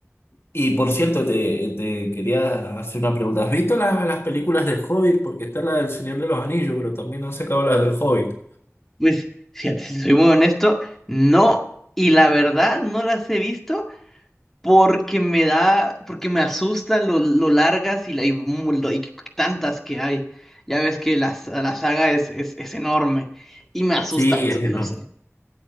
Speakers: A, on the left; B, in the centre.
A: Y por cierto, te, te quería hacer una pregunta. ¿Has visto la- las películas del Hobbit? Porque está la del Señor de los Anillos, pero también han sacado las del Hobbit.
B: Pues, fíjate, si soy muy honesto, no, y la verdad no las he visto. porque me da, porque me asustan lo, lo largas y, la- y mu- lo- y tantas que hay. Ya ves que las la saga es, es, es enorme y me asusta
A: Sí,
B: eso,
A: es
B: no
A: enorme.
B: sé.